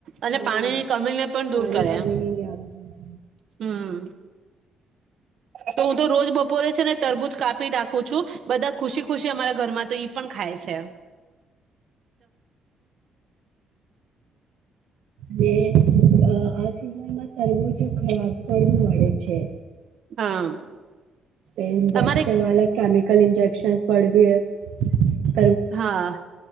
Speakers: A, on the right; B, on the right.
A: અને
B: હા
A: પાણીની કમીને પણ
B: પાણી
A: દૂર કરે.
B: કમીની ની આવતી ને
A: હમ. તો હું તો રોજ બપોરે છે ને તરબૂજ કાપ પી દાખું છું. બધા ખુશી ખુશી અમારા ઘરમાં તો ઈ પણ ખાય છે.
B: બે અ અ આ સિઝનમાં તરબૂજ ખરાબ પડવું મળે છે.
A: હા.
B: ઈન્જેકશન
A: અમારે
B: વાલા કેમિકલ ઈન્જેક <unintelligible>
A: હા